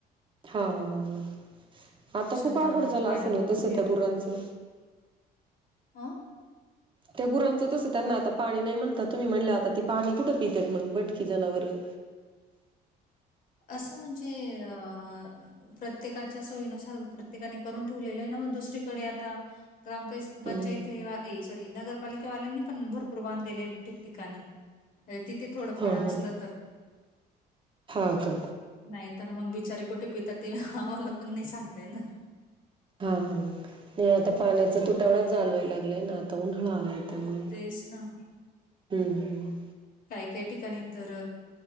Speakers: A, on the right; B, on the left.
A: हा हा ह
B: पक्ष्यांना
A: आता खूप अवघड झालं
B: पाणी
A: असल
B: भरून
A: ना तस त्या गुरांचं
B: आ
A: त्या गुरांचं तसं त्यांना आता पाणी नाही म्हणता तुम्ही म्हणला आता ती पाणी कुठं पितेत मग भटकी जनावरं
B: असं म्हणजे अं प्रत्येकाच्या सोयीनुसार प्रत्येकाने करून ठेवलेलं आहे ना मग दुसरीकडे आता ग्रामपं पंचायती
A: हम्म
B: सॉरी नगरपालिकेवाल्यांनी पण भरपूर बांधलेले ठिकठिकाणी तिथे थोडंफार
A: हा ह
B: असलं तर.
A: हा का
B: नाही तर मग बिचारी कुठे <unintelligible> आम्हाला पण नाही सांगता येणार
A: हा हा नाही आता पाण्याचा तुटवडा जाणवाय लागलाय ना आता उन्हाळा आलाय त्यामुळे
B: तेच ना.
A: हम्म ह्
B: त्या ठिकाणी तर